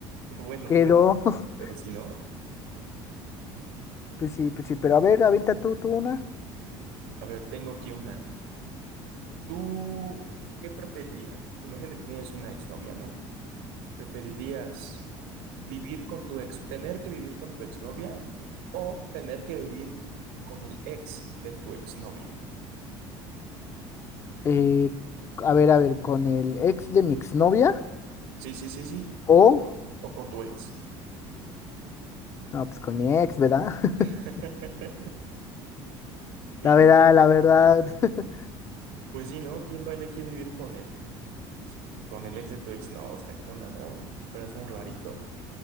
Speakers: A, on the right; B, on the left.
A: qué bueno,
B: Quedó,
A: ¿no?
B: <laughs>
A: Pero si no,
B: pues sí, pues sí, pero a ver, avienta tú, tú una.
A: a ver, tengo aquí una. ¿Tú qué preferirías? Imagínate que tienes una exnovia, ¿no? ¿Preferirías vivir con tu ex, tener que vivir con tu exnovia o tener que vivir con el ex de tu exnovia?
B: Eh, a ver, a ver, con el ex de mi exnovia
A: Sí, sí, sí, sí.
B: o,
A: O con tu ex.
B: no, pues con mi ex, ¿verdad? <laughs>
A: <laughs> Pillo,
B: La verdad,
A: pillo.
B: la verdad, <laughs>
A: Pues sí, ¿no? ¿Quién va a elegir vivir con el, con el ex de tu ex? No, o sea, ¿qué onda, no? Ni que fueras un rarito.